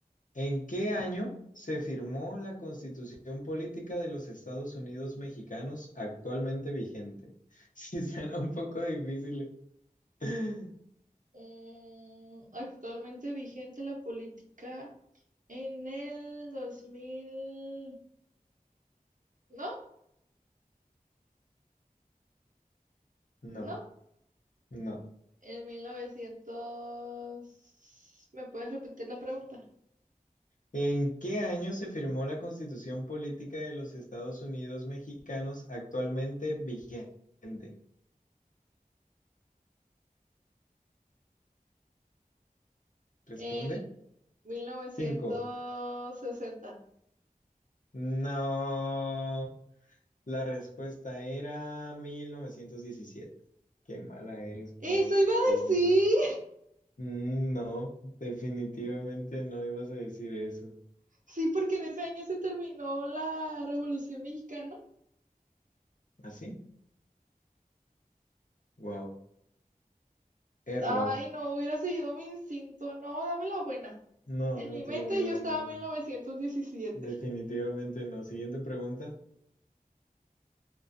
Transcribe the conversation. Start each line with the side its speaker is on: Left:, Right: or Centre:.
Left: ¿en qué año se firmó la Constitución Política de los Estados Unidos Mexicanos actualmente vigente? <laughs> Si suena un poco difícil. eh. <laughs>
Right: Mm, actualmente vigente la política en el 2000, no,
Left: No,
Right: no,
Left: no.
Right: en 1900, ¿me puedes repetir la pregunta?
Left: ¿En qué año se firmó la Constitución Política de los Estados Unidos Mexicanos actualmente vigente? Responde.
Right: En 1960.
Left: Cinco. No. La respuesta era 1917. Qué mala eres para
Right: Eso
Left: estas
Right: iba a
Left: preguntas.
Right: decir,
Left: Mm, No, definitivamente no ibas a decir eso.
Right: <laughs> sí, porque en ese año se terminó la Revolución Mexicana.
Left: ¿Así? Wow. Error.
Right: Ay, no, hubiera seguido mi instinto, no, dame la buena.
Left: No,
Right: En
Left: no
Right: mi
Left: te
Right: mente
Left: lo voy a
Right: yo
Left: dar,
Right: estaba
Left: bueno.
Right: en 1917.
Left: Definitivamente no. Siguiente pregunta.